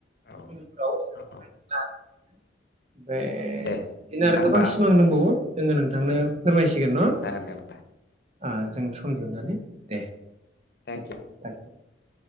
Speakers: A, on the left; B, on the right.
A: औ
B: उनफ्राव सोजाख
A: औ
B: <unintelligible> द ओमफ्राय
A: दे
B: बिदिनो
A: नोंथां
B: आरो
A: होमबा
B: गोबां सिमां दंबावो जोङो नोंथांनो फोरमायसिगोन
A: दे
B: न
A: जागोन दे होमबा
B: जों सम दिहुननानै दे लाखिथबाय
A: थेंक इउ
B: <unintelligible>